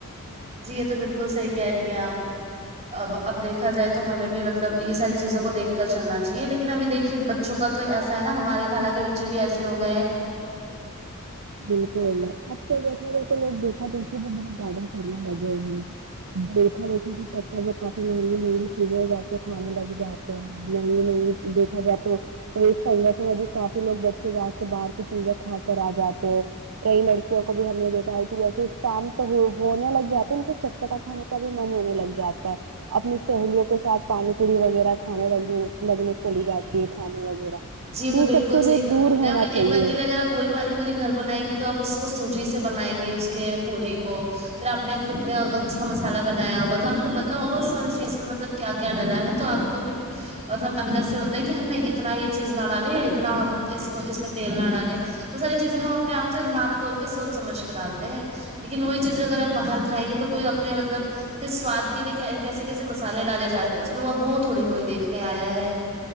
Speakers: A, on the right; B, on the right.
A: جی یہ تو بالکل صحیح کہہ رہی ہیں آپ اب اب دیکھا جائے تو ہمیں بھی مطلب یہ ساری چیزوں کو دیکھ کر چلنا چاہیے لیکن ابھی دیکھیے ب چھکا تو ایسا ہے نا ہمارے خال کے بچے بھی ایسے ہو گئے ہیں
B: بالکل اب تو جیسا ہو تو لوگ دیکھا دیکھے بھی بہت زیادہ کرنے لگے دیکھا دھی بھی چچ پ ملی مل چزے جا کے کھانے لگ جاتے ہیں مہنگے مہنگے دیکھا جائے تو تو اس سگ میں بھی کافی لوگ بچے جا سے باہر کی چیزیں کھا کر آ جاتے ہیں کئی لڑکیوں کو بھی ہم نے دیکھا ہے کہ جیسے شام تو ہونے لگ جاتے ان کو چٹپٹا کھانے سبھی من ہونے لگ جاتا ہے اپنی سہیلیوں کے ساتھ پانی پوری وغیرہ کھانے لگنے لگنے چلی جاتی ہے کھانے وغیرہ
A: جی یہ تو بالکل
B: سب سے
A: صح
B: بھی
A: کہا
B: دور
A: آپ نے
B: ہونا
A: ابھی
B: چاہیے
A: ایک بار کے لیے اگرپ وہی پانی پوری گھر بنائیں گی تو آپ اس کو سوجی سے بنائیں گے اس کے پوری کو پھر آپ نے خود اس کا مسالہ بنایا ہوگا تو آپ کو پتتا ہوگا اس ساری چیز میں مطلب کیا کیا ڈلا ہے تو آپ کو بھی مطلب اندر سے ہوتا ہے کہ ہم نے اتنا یہ ڈ لے یا اتنا اس کو اس میں تیل نہ ڈ لے وہت ساری چیزیں ہم اپنے آپ سے ناپ توول کے سوچ سمجھ کے ڈالتے ہیں لیکن وہی چیزیں اگر آپ باہر کائیں گے تو کوئی اپنے مطلب سواد کے لیے کیسے کیسے مسالے ڈالے جاتے ہیں اس میں وہ اب وہ تھوڑی کوئی دیکھنے آیا ہے